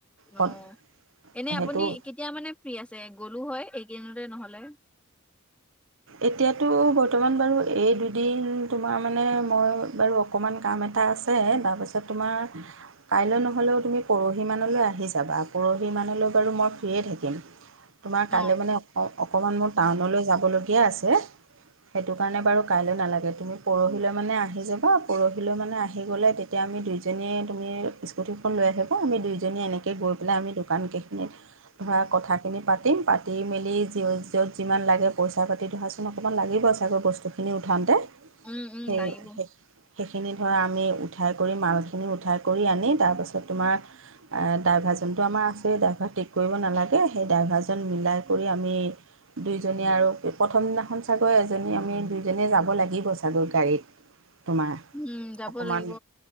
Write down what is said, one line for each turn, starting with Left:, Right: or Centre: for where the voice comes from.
Right: পত-
Centre: অ এনে
Right: সেইটো
Centre: আপুনি কেতিয়া মানে ফ্ৰ্ৰী আছে গ'লো হয়। গনৰে নহ'লে
Right: এতিয়াতো বৰ্তমান বাৰু এই দুদিন তোমাৰ মানে মই বাৰু অকণমান কাম এটা। এটা আছে তাৰপিছত তোমাৰ কাইলৈ নহ'লেও তুমি পৰহি মলৈ আহি যাবা পৰহি মনলৈ বাৰু মই ফ্ৰী থাকিম তোমাক
Centre: অ
Right: কৈলৈমানে অ অকমান মোৰ টাউনলৈ যাবলৈ। কিয়া আছে। সেইটো কাৰণে বাৰু কাইলৈ নালাগে তুমি পৰহিলৈ মানে আহি যাবা পৰহিলৈ মানে আহি গলে তেতিয়া। আমি দুইজনীয়ে তুমি স্কুটিখন লৈ আহিব আমি দুইজনীয়ে এনেকৈ গৈ পেলাই আমি দোকান কেইখিনিত। ধৰা কথাখিনি পাতিম পাতি মেলি যত যিমান লাগে পইচা। পাতি ধোৱাচোন অকণমান লাগিব চাগৈ বস্তুখিনি উঠাতে
Centre: উম উম
Right: সেই।
Centre: লাগিব
Right: সেইখিনি ধৰা আমি উঠাই কৰি মালখিনি উঠাই কৰি আনি তাৰপাছত তোমাৰ। ড্ৰাইভাৰজনটো আমাৰ আছেই ড্ৰাইভাৰ ঠিক কৰিব নালাগে সেই ড্ৰাইভাৰজন মিলাই কৰি আমি। দুইজনী আৰু। প্ৰথম দিনাখন চাগৈ এজনী আমি দুইজীয়ে যাব লাগিব চাগৈ গাড়ীত। তোমাৰ
Centre: উম যাব
Right: অকণমান
Centre: লাগিব